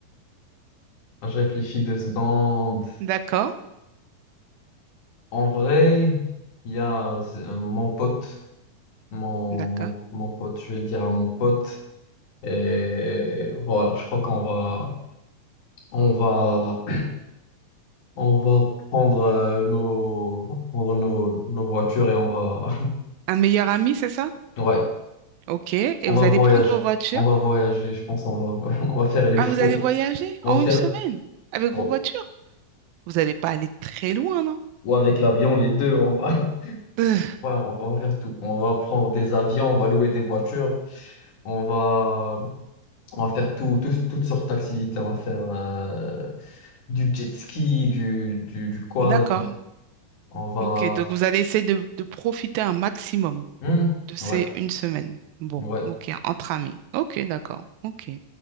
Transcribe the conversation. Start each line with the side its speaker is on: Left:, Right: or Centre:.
Left: je réfléchis deux secondes.
Right: D'accord,
Left: En vrai, il y a c'est, euh, mon pote, mon,
Right: d'accord.
Left: mon, mon pote, je vais le dire à mon pote. Et voilà, je crois qu'on va, on va On va prendre euh, nos, on va prendre nos, nos voitures et on va,
Right: Un meilleur ami, c'est ça?
Left: <laughs> ouais,
Right: Ok. Et
Left: on
Right: vous
Left: va
Right: allez
Left: voyager.
Right: prendre vos voitures.
Left: On va voyager, je pense. On va, <laughs> on va faire les
Right: Ah,
Left: fous.
Right: vous allez voyager
Left: On
Right: en
Left: va faire,
Right: une semaine avec
Left: bon,
Right: vos voitures. Vous n'allez pas aller très loin, non?
Left: ou avec l'avion, les deux. On va, <laughs>
Right: <laughs>
Left: ouais, on va, on va faire tout. On va prendre des avions, on va louer des voitures. On va, on va faire tout, tout- toutes sortes d'activités. On va faire euh, du jet ski, du, du, du quad.
Right: D'accord.
Left: On va,
Right: Ok, donc vous allez essayer de, de profiter un maximum
Left: Hmm,
Right: de ces
Left: ouais,
Right: une semaine. Bon,
Left: ouais.
Right: ok, entre amis. Ok, d'accord. Ok.